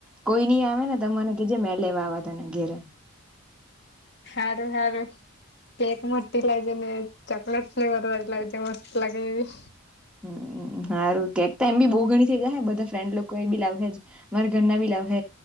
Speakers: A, in the centre; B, on the left (about 50°).
A: કોઈ ની આવે ને તને કે જે મે લેવા તને ઘેરે
B: હારું હારું કેક મોટી લા એટલે મે ચોકલૅટ ફ્લેવર વારી લાવી જે મસ્ત લાગે એવી.
A: હમ્મ સારું કક એમ બી બહુ ઘણી થઇ જાય હ બધા ફ્રેન્ડ લોકો બી લાવે મારા ઘરના બી લ લાવે